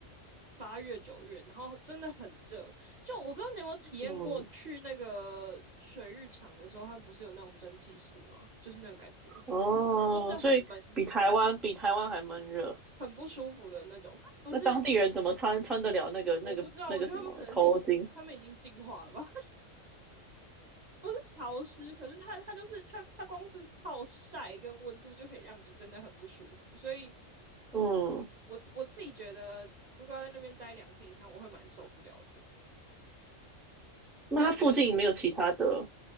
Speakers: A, on the right (about 40°); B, in the centre.
A: 八月九月，然后真的很热。就我不知道你有没有体验过去那个水浴场的时候，
B: 嗯
A: 他们不是有那种蒸汽室吗？就是那种感觉。
B: 哦，
A: 真的很闷，
B: 所以比台湾比台湾还闷热，
A: 很不舒服的那种。他们不是，
B: 那当地人怎么穿穿得了那个那个那个什么头巾？
A: 我不知道，我觉得他们可能是已经，他们已经进化了吧？<laughs> 不是潮湿，可是它它就是它它光是靠晒跟温度就可以让你真的很不舒服。所以
B: 嗯，
A: 我我自己觉得，如果要在那边待两天以上，我会蛮受不了的，
B: 那它附近没有其他的，
A: 感觉嗯，